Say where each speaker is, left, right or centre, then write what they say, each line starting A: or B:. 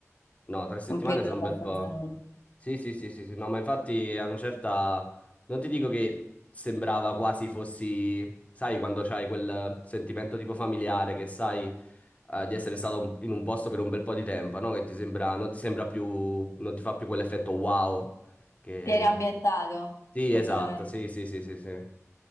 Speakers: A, on the left; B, on the left.
A: No, tre settimane
B: Un periodo
A: sono
B: abbastanza
A: un bel po'.
B: lungo.
A: Sì, sì, sì, sì, sì, no, ma infatti a una certa... Non ti dico che sembrava quasi fossi, sai, quando c'hai quel sentimento tipo familiare che sai eh, di essere stato un- in un posto per un bel po' di tempo, no? Che ti sembra, non ti sembra più, non ti fa più quell'effetto wow. Che...
B: Ti eri ambientato,
A: Sì,
B: praticamente.
A: esatto, sì, sì, sì, sì, sì.